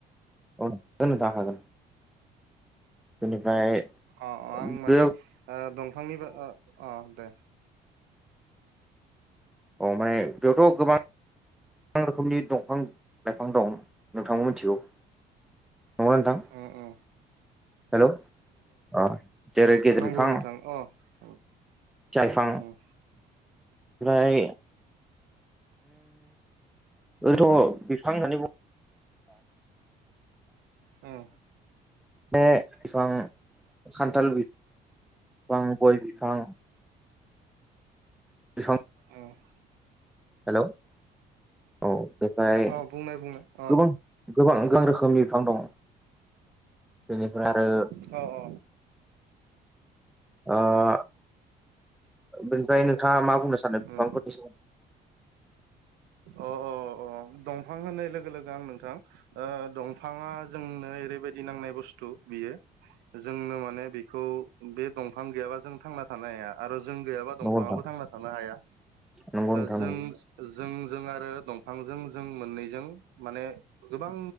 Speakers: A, in the centre; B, on the right.
A: औ नोंथां हागोन। बेनिफ्राय
B: अ-अ आं माने
A: बेयावथ'
B: ओ दंफांनिबो ओ अ दे
A: अ माने बेयावथ' गोबां- गोबां रोखोमनि दंफां लाइफां दं नोंथां मिथिगौ नंङा नोंथा।
B: ओ ओ
A: हेल' जेरै गेदेर
B: नंगौ
A: बिफांङा
B: नोंथां अ उम
A: सालफां ओमफ्राय
B: उम
A: ओथ' बिफां होननानै बुंङ
B: उम
A: बे एसेबां खान्थाल
B: उम
A: बिफ बिफां गय बिफां बे
B: औव
A: हेल' औ बेफ्राय
B: अ बुंनाय बुंनाय अ
A: गोबां गोबां गोबां रोखोमनि बिफां दं बेनिफ्राय आरो
B: अ अ
A: आ बेनिफ्राय नोंथांङा मा बुंनो सानो? बिफांफोरनि
B: उम
A: सोमोन्दै
B: अ अ अ दंफां होननाय लोगो लोगो आं नोंथां दंफांङा जोंनो ओरैबायदि नांनाय बुस्थु बियो जोंनो माने बेखौ बे दंफां गैयाबा जों थांना थानो हाया आरो जों गैयाबा दंफाङाबो
A: नंगौ नोंथां
B: थांना थानो हाया।
A: नंगौ नोंथां
B: जों
A: नंगौ
B: जों जों आरो दंफांजों जों मोननैजों माने गोबां